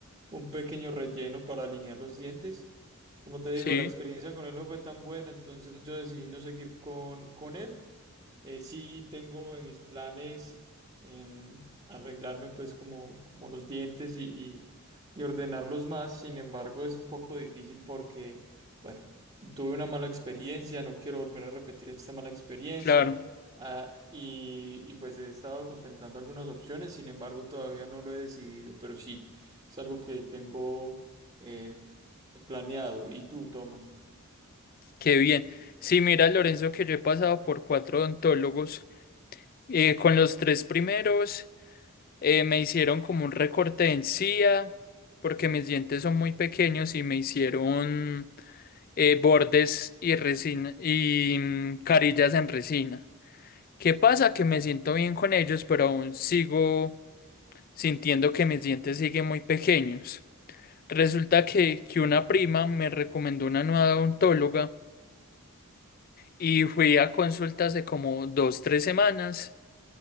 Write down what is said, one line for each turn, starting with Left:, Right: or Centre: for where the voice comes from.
Right: un pequeño relleno para alinear los dientes. Como te digo,
Left: Sí,
Right: la experiencia con él no fue tan buena, entonces yo decidí no seguir con, con él. Eh, sí tengo en mis planes em, arreglarme pues como, como los dientes y, y- y ordenarlos más, sin embargo es un poco difícil porque, bueno, tuve una mala experiencia, no quiero volver a repetir esta mala experiencia
Left: claro,
Right: ah, y, y pues he estado contemplando algunas opciones, sin embargo todavía no lo he decidido, pero sí, es algo que tengo... eh, Planeado. ¿Y tú, Tomás?
Left: qué bien. Sí, mira, Lorenzo, que yo he pasado por cuatro odontólogos. Eh, con los tres primeros eh, me hicieron como un recorte de encía, porque mis dientes son muy pequeños y me hicieron eh, bordes y resina y mm, carillas en resina. ¿Qué pasa? Que me siento bien con ellos, pero aún sigo sintiendo que mis dientes siguen muy pequeños. Resulta que, que una prima me recomendó una nueva odontóloga y fui a consultas de como dos, tres semanas